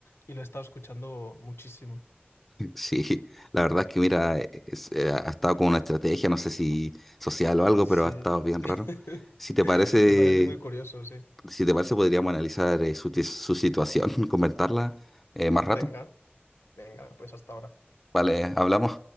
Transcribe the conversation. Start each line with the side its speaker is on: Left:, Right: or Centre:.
Left: y lo he estado escuchando muchísimo.
Centre: <laughs> Sí, la verdad es que, mira, eh, es- eh, ha estado con una estrategia, no sé si social o algo,
Left: Sí,
Centre: pero ha estado bien
Left: <laughs>
Centre: raro. Si te parece,
Left: me parece muy curioso, sí.
Centre: si te parece, podríamos analizar eh, su, ti- su situación, <laughs> comentarla eh, más
Left: Venga,
Centre: rato.
Left: venga, pues hasta ahora.
Centre: Vale, hablamos.